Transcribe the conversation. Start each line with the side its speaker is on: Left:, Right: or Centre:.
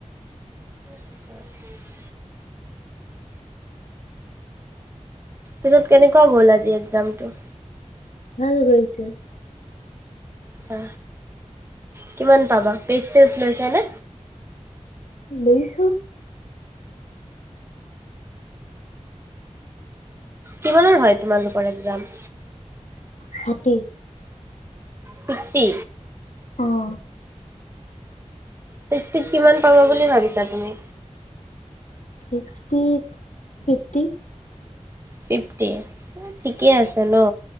Right: হয়। পিছত কেনেকুৱা গ'ল আজি এক্সামটো?
Left: ভাল গৈছে?
Right: চা। কিমান পাবা পেজ চেজ লৈছানে?
Left: লৈছো
Right: কিমানৰ হয় তোমালোকৰ এক্সাম।
Left: ষাঠি।
Right: ছিক্সটি?
Left: আহ।
Right: ছিক্সটিত কিমান পাবা বুলি ভাবিছা তুমি?
Left: ছিক্সটিত ফিফটি।
Right: ফিফটি ঠিকেই আছে? জানো